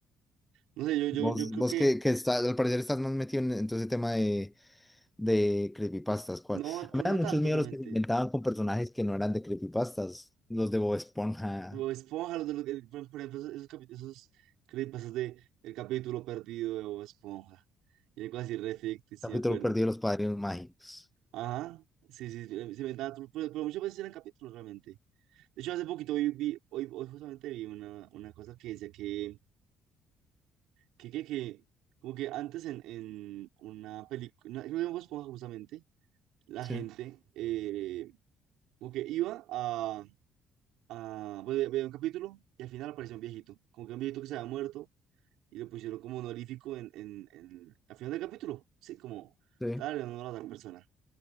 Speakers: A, on the right; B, in the centre.
A: No sé, yo, yo,
B: Vos,
A: yo creo
B: vos
A: que,
B: que, que está, al parecer estás más metido en, en todo ese tema de, de creepypastas, ¿cuál?
A: no,
B: A mí
A: t-
B: me
A: no
B: dan
A: tanto
B: muchos miedos
A: realmente.
B: los que se inventaban con personajes que no eran de creepypastas. Los de Bob Esponja,
A: Como Esponja, los de los que- por, por ejemplo, esos, esos, capi- esos creepypastas de El capítulo perdido de Bob Esponja. Y de cosas así, re ficticias,
B: capítulo
A: sí, me acuerdo.
B: perdido de los padrinos mágicos.
A: Ajá, sí, sí, sí, se inventaba, tru- pero, pero muchas veces eran capítulos realmente. De hecho, hace poquito hoy vi, hoy, hoy justamente vi una, una cosa que decía que. que, que, que, como que antes en, en una película, creo que en Bob Esponja justamente, la
B: Sí,
A: gente eh, como que iba a, a bueno, ve- veía un capítulo y al final aparecía un viejito, como que un viejito que se había muerto y lo pusieron como honorífico en, en, en- al final del capítulo, sí, como
B: sí.
A: tal, en honor a tal persona.